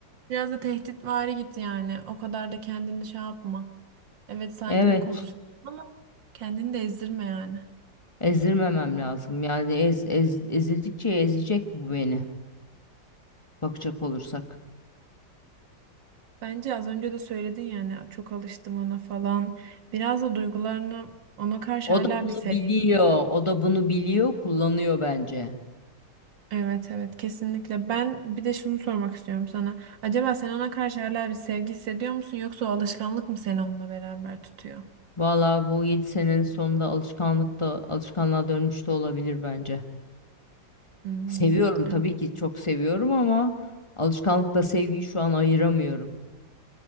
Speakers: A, on the right (about 75°); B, on the left (about 15°).
A: biraz da tehditvari git yani. O kadar da kendini şey yapma. Evet saygılı
B: Evet.
A: konuş ama kendini de ezdirme yani.
B: Ezdirmemem lazım. Yani ez, ez, ezildikçe ezecek bu beni. Bakacak olursak.
A: Bence az önce de söyledin yani çok alıştım ona falan. Biraz da duygularını ona karşı
B: O
A: hala
B: da bunu
A: bir sev.
B: biliyor. O da bunu biliyor, kullanıyor bence.
A: Evet evet kesinlikle. Ben bir de şunu sormak istiyorum sana. Acaba sen ona karşı hala bir sevgi hissediyor musun yoksa o alışkanlık mı seni onunla beraber tutuyor?
B: Vallahi bu 7 senenin sonunda alışkanlıkta alışkanlığa dönmüş de olabilir bence.
A: Hmm,
B: Seviyorum tabii
A: evet,
B: ki çok seviyorum ama alışkanlıkla sevgiyi şu an ayıramıyorum.